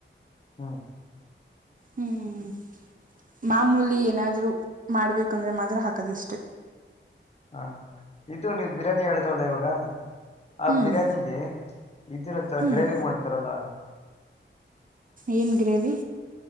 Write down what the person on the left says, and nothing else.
ಹ್ಮ್
ಹಾ ಇದು ನೀವು ಬಿರಿಯಾನಿ ಹೇಳದ್ರಲ್ಲ ಇವಾಗ ಆ
ಬಿರ್ಯಾನಿಗೆ ಇದಿರತ್ತರ
ಗ್ರೇವಿ ಮಾಡ್ತಾರಲ್ಲ